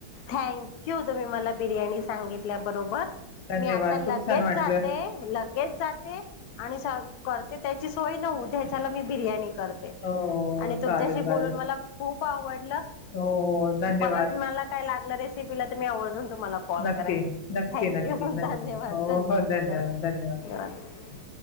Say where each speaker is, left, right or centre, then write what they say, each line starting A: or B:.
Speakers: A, on the left; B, on the left.
A: थँक यू तुम्ही मला बिर्याणी सांगितल्याबरोबर
B: धन्यवाद,
A: मी आता लगेच
B: खूप छान वाटलं.
A: जाते लगेच जाते आणि करते त्याची सोय न्याच्या मी बिर्याणी करते
B: हो, हो,
A: आणि तुमच्याशी
B: चालेल, चालेल.
A: बून मला खूप आवड
B: हो, हो, धन्यवाद.
A: परत मला काय लालं रेसिीलाी आवड तुम्हाला कॉल
B: नक्की,
A: करेन
B: नक्की,
A: थँक्यू
B: नक्की, नक्की.
A: धन्यवाद
B: हो,
A: धन्यवाद
B: हो,
A: न्य
B: धन्यवाद.
A: धन्यवाद